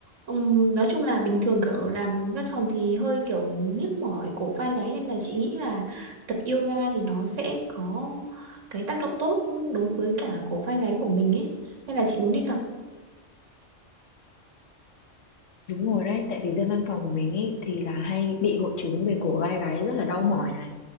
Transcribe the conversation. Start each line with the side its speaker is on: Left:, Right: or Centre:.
Right: Ừm, nói chung là bình thường kiểu làm văn phòng thì hơi kiểu nhức mỏi cổ vai gáy nên là chị nghĩ là tập yoga thì nó sẽ có cái tác động tốt đối với cả cổ vai gáy của mình ấy nên là chị muốn đi tập
Left: Đúng rồi đấy, tại vì dân văn phòng của mình ý, thì là hay bị hội chứng về cổ vai gáy rất là đau mỏi này.